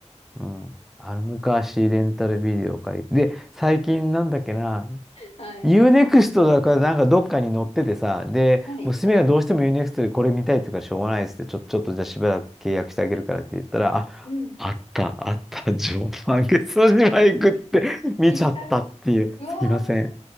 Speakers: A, in the centre; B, on the left.
A: うん、あの昔レンタルビデオを借りて、で、最近なんだっけな、
B: はい。
A: u n ク x トだからなんかどっかに乗っててさ、で、
B: はい。
A: 娘がどうしても u n ク x トでこれ見たいっていうからしょうがないですって、ちょ、ちょっとじゃあしばらく契約してあげるからって言ったら、あ、
B: うん。
A: あった、あった、常磐下ソ島へ行くって <laughs> 見ちゃったっていう、
B: 見つかっ、うわ
A: すいません。